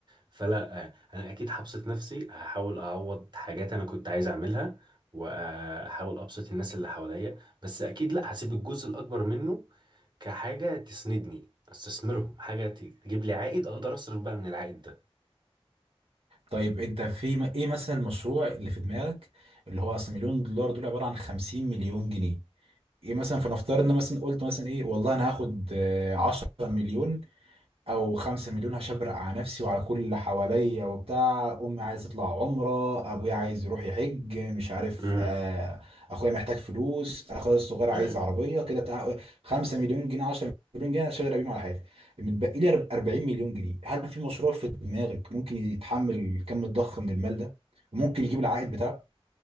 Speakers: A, on the right; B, on the right.
A: فلا آه، انا اكيد هبسط نفسي هحاول اعوض حاجات انا كنت عايز اعملها واحاول ابسط الناس اللي حواليا بس اكيد لا هسيب الجزء الاكبر منه كحاجه تسندني استثمرهم حاجه تجيب لي عائد اقدر اصرف بقى من العائد ده
B: طيب انت في م- ايه مثلا المشروع اللي في دماغك اللي هو اصل مليون دولار دول عباره عن 50 مليون جنيه ايه مثلا فنفترض ان مثلا قلت مثلا ايه والله انا هاخد آه، 10 مليون او 5 مليون هشبرق على نفسي وعلى كل اللي حواليا وبتاع امي عايز تطلع عمره ابويا عايز يروح يحج مش عارف
A: امم
B: آه، اخويا محتاج فلوس اخويا الصغير
A: تمام
B: عايز عربيه كده بتاع 5 مليون جنيه 10 مليون جنيه اشتغل بيهم على حياتي متبقي لي 40 مليون جنيه هل في مشروع في دماغك ممكن يتحمل الكم الضخم من المال ده وممكن يجيب العائد بتاعه